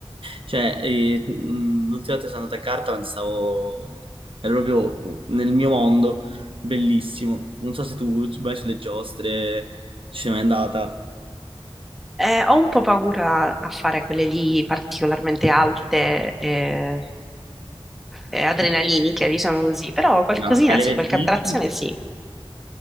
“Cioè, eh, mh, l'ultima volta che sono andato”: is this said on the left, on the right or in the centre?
Right